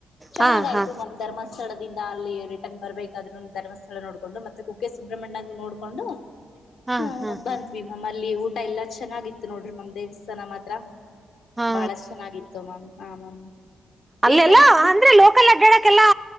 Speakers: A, on the left; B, on the right.
A: ಚೆನ್ನಾಗಾಯ್ತು
B: ಹಾ ಹಾ
A: ಮತ್ತ ನಮ್ ಧರ್ಮಸ್ಥಳದ ಅಲ್ಲಿ ರಿಟರ್ನ್ ಬರ್ಬೇಕ ಅ ಧರ್ಮಸ್ಥಳ ನೋಡ್ಕೊಂಡು ಮತ್ತೆ ಕುಕ್ಕೆ ಸುಬ್ರಹ್ಮಣ್ಯ ನೋಡ್ಕೊಂಡು
B: ಹಾ
A: ಹ್ಮ
B: ಹಾ
A: ಬಂದ್ಮ
B: ಹಾ
A: ಮತ್ತೆ ಅಲ್ಲಿ ಊಟ ಎಲ್ಲಾ ಚೆನ್ನಾಗಿತ್ತು ನೋಡ್ರಿ ಮಮ್ ದೇವಸ್ಥಾನ ಮಾತ್ರ
B: ಹಾ
A: ಬಹಳಷ್ಟ ಚೆನ್ನಾಗಿತ್ತು ಮ್ಯಾಮ್ ಹ ಮ್ಯಾಮ್.. <inaudible>
B: ಅಲ್ಲೆಲ್ಲ
A: ರೀಸೆಂಟ್ಲಿ
B: ಅಂದ್ರೆ ಲೋಕಲ್ ಅಡ್ಡಾಡಕ್ಕೆಲ್ಲಾ